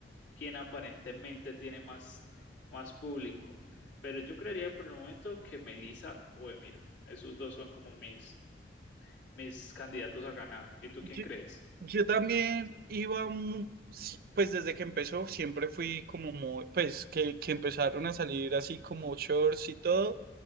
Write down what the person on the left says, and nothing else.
quien aparentemente tiene más, más público. Pero yo creería por el momento que Melissa o Emiro. Esos dos son como mis, mis candidatos a ganar. ¿Y tú
quién crees?